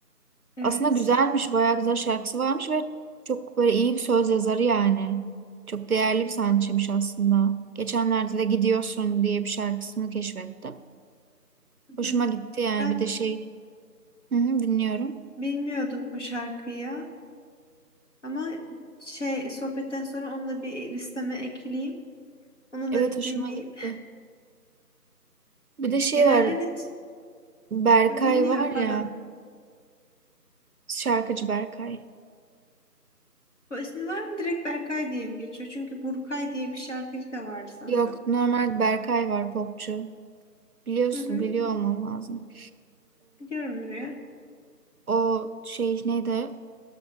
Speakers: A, on the left; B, on the right.
A: evet.
B: Aslında güzelmiş, bayağı güzel şarkısı varmış ve çok böyle iyi bir söz yazarı yani. Çok değerli bir sanatçıymış aslında. Geçenlerde de Gidiyorsun diye bir şarkısını keşfettim.
A: Hı
B: Hoşuma
A: hı.
B: gitti yani
A: Ben
B: bir de şey hı hı, dinliyorum.
A: bilmiyordum o şarkıyı ya. ama şey sohbetten sonra onu da bir listeme ekleyeyim. Onu
B: Evet
A: da bir
B: hoşuma
A: dinleyeyim.
B: gitti. Bir de şey
A: Genelde
B: var
A: net
B: Berkay
A: dinliyorum
B: var
A: pardon.
B: ya şarkıcı Berkay.
A: Bu ismi var mı? Direkt Berkay diye mi geçiyor? Çünkü Burkay diye bir şarkıcı da vardı sanırım.
B: Yok normal Berkay var popçu. Biliyorsun
A: Hı hı.
B: biliyor olman lazım.
A: Biliyorumdur ya.
B: O şey neydi?